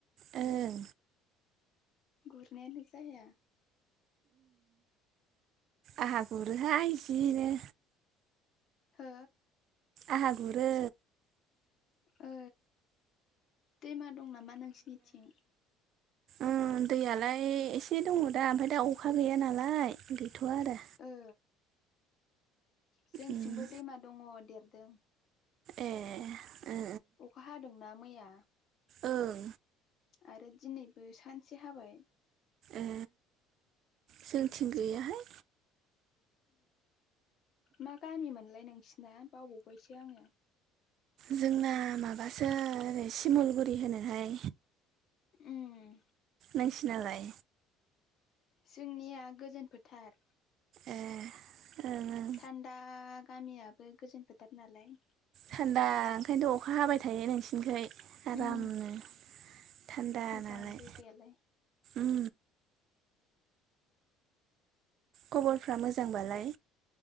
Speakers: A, on the right; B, on the left.
A: ओं
B: गुरनायानो जाया
A: आहा गुरोहाय जि नो
B: हो?
A: आहा गुरो।
B: ओ दैमा दं नामा नोंसिनिथिं?
A: ओ दैयालाय एसे दङ' दा ओमफाय दा अखा गैया नालाय थ'आरो।
B: ओ जोंथिंबो
A: उम
B: दैमा दङ' देरदों।
A: ए ओ
B: अखा हादोंना मैया।
A: ओ ओं
B: आरो दिनैबो सानसे हाबाय।
A: ए जोंथिं गैयाहाय।
B: मा गामि मोनलाय नोंसिना बावबावबायसो आङो।
A: जोंना माबासो ओरै सिमलगुरि होनोहाय
B: उम
A: नोंसि नालाय
B: जोंनिया गोजोन फोथार
A: ए ओं ओं
B: थान्दा गामियाबो गोजोन फोथार नालाय
A: थान्दा ओंखायनोथ' अखा हाबाय थायो नोंस ओमफ्राय आरामनो
B: उम
A: थान्दा
B: मोजां
A: नालाय
B: जायगायालाय
A: उम खबरफ्रा मोजांबालाय